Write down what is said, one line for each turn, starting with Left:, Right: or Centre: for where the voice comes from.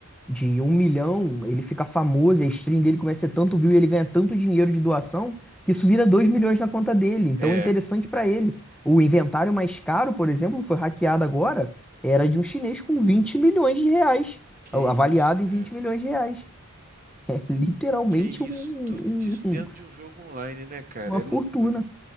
Centre: de um milhão, ele fica famoso, a stream dele começa a ter tanto view e ele ganha tanto dinheiro de doação que isso vira dois milhões na conta dele. Então
Right: É,
Centre: é interessante pra ele. O inventário mais caro, por exemplo, foi hackeado agora, era de um chinês com 20 milhões de reais,
Right: que
Centre: avaliado
Right: isso,
Centre: em
Right: cara.
Centre: 20 milhões de reais. <laughs> É literalmente
Right: Que isso.
Centre: um-
Right: Tudo
Centre: um-
Right: disso dentro
Centre: um-
Right: de um jogo online, né, cara?
Centre: uma
Right: É
Centre: fortuna.
Right: loucura.